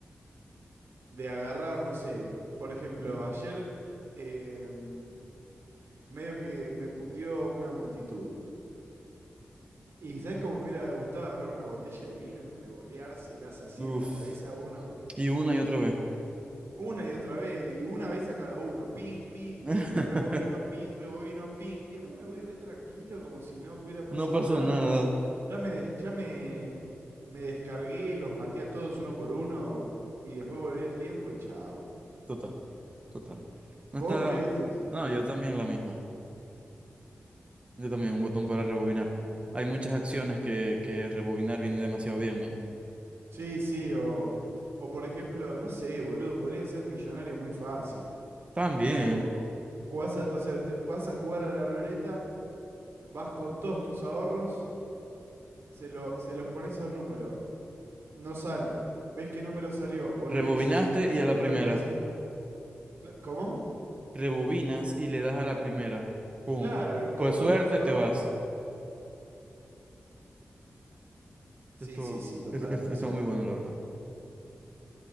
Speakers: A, on the right (about 80°); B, on the right (about 30°).
A: de agarrar, no sé. Por ejemplo,
B: Ujú.
A: ayer eh, mm, medio que me puteó una multitud. Y ¿sabés cómo me hubiera gustado agarrar una botella de vino y revoleárselas así
B: Ujú.
A: en
B: Uf.
A: la cabeza a uno?
B: Y una y otra vez.
A: Una y otra vez, y una vez a cada uno. Pim, pim,
B: <laughs>
A: pim, rebobino, pim, rebobino, pim. Y después me voy re tranquilo, como si no hubiera pasado
B: No pasó
A: nada.
B: nada.
A: Ya me, des- ya me, me descargué, los maté a todos uno por uno, y después volví el tiempo y chao.
B: Total, total.
A: ¿Vos
B: No está.
A: qué decís?
B: No, yo también la misma. Yo también un botón para rebobinar. Hay muchas acciones que, que rebobinar viene demasiado bien, men.
A: Sí, sí, o, o por ejemplo, no sé, boludo, podría ser millonario muy fácil.
B: También.
A: Tipo, jugás a- o sea, te- vas a jugar a la ruleta, vas con todos tus ahorros, se, lo, se los pones a un número. no sale. ¿Ves qué número salió? Volvés,
B: Rebobinaste
A: se le parece
B: y a
A: al
B: la
A: número
B: primera.
A: que va a salir. Cla- ¿Cómo?
B: Rebobinas y le das a la primera. Pum.
A: Claro, y con
B: Pues suerte,
A: todos tus ahorros.
B: te vas.
A: Sí,
B: Esto,
A: sí, sí, total.
B: esto, esto-
A: O
B: está
A: sea,
B: muy bueno, la verdad.